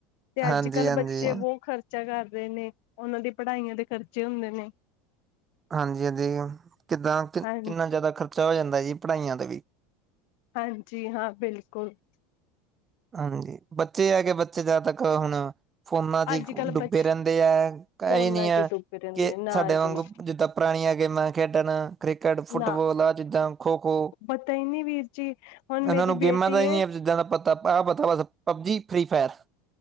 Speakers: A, on the left; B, on the right.
A: ਤੇ ਅੱਜ
B: ਹਾਂਜੀ
A: ਕੱਲ
B: ਹਾਂਜੀ
A: ਬੱਚੇ ਬਹੁਤ ਖਰਚਾ ਕਰਦੇ ਨੇ। ਦੇ ਨੇ ਉਹਨਾਂ ਦੀ ਪੜ੍ਹਾਈਆਂ ਦੇ ਖਰਚੇ ਹੁੰਦੇ ਨੇ।
B: ਹਾਂਜੀ ਹਾਂਜੀ ਕਿੱਦਾਂ ਕਿ
A: ਹਾਂ
B: ਕਿੰਨਾ ਜ਼ਿਆਦਾ ਖ਼ਰਚਾ ਹੋ ਜਾਂਦਾ ਜੀ ਪੜ੍ਹਾਈਆਂ ਤੇ ਵੀ।
A: ਹਾਂਜੀ ਹਾਂ, ਬਿਲਕੁਲ ।
B: ਹਾਂਜੀ ਬੱਚੇ ਹੈ ਕੇ ਬੱਚੇ ਜ ਤੱਕ ਹੁਣ। ਫੋਨਾਂ ਚ ਹੀ
A: ਅੱਜ ਕੱਲ੍ਹ
B: ਡੁੱਬੇ
A: ਬੱਚੇ
B: ਰਹਿੰਦੇ ਹੈ
A: ਫੋਨਾਂ
B: ।ਇਹ ਨੀ ਹੈ,
A: ਚ
B: ।
A: ਡੁੱਬੇ ਰਹਿੰਦੇ
B: ਕਿ
A: ਨੇ। ਨਾ
B: ਸਾਡੇ ਵਾਂਗੂ
A: ਜੀ ਨਾ
B: ਜਿੱਦਾਂ ਪ ਪੁਣੀਆਂ ਗੇਮਾਂ ਖੇਡਣਾ ਕ੍ਰਿਕਟ, ਫੁੱਟਬਾਲ
A: ਨਾ
B: ਆਹ ਚੀਜਾਂ ਖੋ ਖੋ
A: ਪਤਾ ਹੀ ਨਹੀਂ ਵੀਰ ਜੀ
B: ।
A: ਹੁਣ
B: ਇਹਨਾਂ
A: ਮੇਰੀ
B: ਨੂੰ ਗੇਮਾਂ
A: ਬੇਟੀ
B: ਦਾ ਹੀ ਨਹੀਂ ਹੈ ਜਿੱਦਾਂ ਦਾ ਪਤਾ ਆ ਪਤਾ ਬਸ PUBG Free Fire.